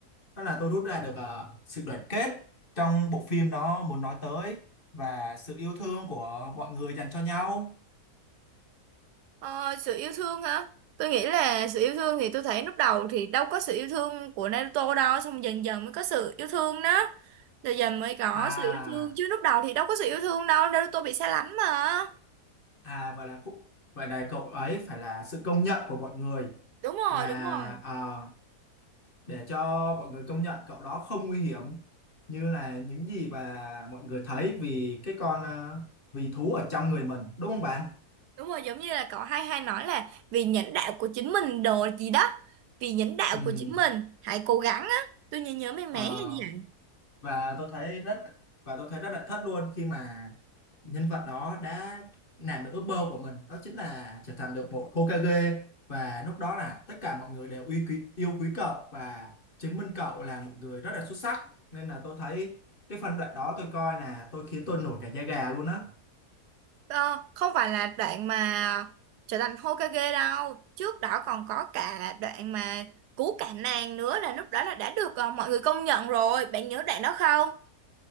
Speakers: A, on the left; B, on the right.
A: đó là tôi rút ra được ờ, sự đoàn kết trong bộ phim đó muốn nói tới và sự yêu thương của mọi người dành cho nhau
B: Ờ, sự yêu thương hả? Tôi nghĩ là sự yêu thương thì tôi thấy lúc đầu thì đâu có sự yêu thương của Naruto đâu, xong dần dần mới có sự yêu thương đó. Rồi dần mới có
A: à
B: sự yêu thương chứ lúc đầu thì đâu có sự yêu thương đâu, Naruto bị xa lánh mà.
A: à vậy là khúc vậy là cậu ấy phải là sự công nhận của mọi người
B: Đúng
A: là
B: rồi, đúng rồi.
A: để cho mọi người công nhận cậu đó không nguy hiểm như là những gì mà mọi người thấy vì cái con ờ, vì thú ở trong người mình đúng không bạn?
B: Đúng rồi, giống như là cậu hay hay nói là vì nhãn đạo của chính mình đồ gì đó. Vì nhãn đạo
A: Ừm,
B: của chính mình, hãy cố gắng á. Tôi nhớ nhớ mấy mẻ
A: ờ,
B: hay gì vậy.
A: và tôi thấy rất và tôi thấy rất là thất luôn khi mà nhân vật đó đã làm được ước mơ của mình đó chính là trở thành được một Hokage và lúc đó là tất cả mọi người đều yêu quý yêu quý cậu và chứng minh cậu là một người rất là xuất sắc nên là tôi thấy cái phân đoạn đó tôi coi là tôi khiến tôi nổi cả da gà luôn á
B: Ờ, không phải là đoạn mà trở thành Hokage đâu. Trước đó còn có cả đoạn mà cứu cả nàng nữa là lúc đó là đã được ờ, mọi người công nhận rồi. Bạn nhớ đoạn đó không?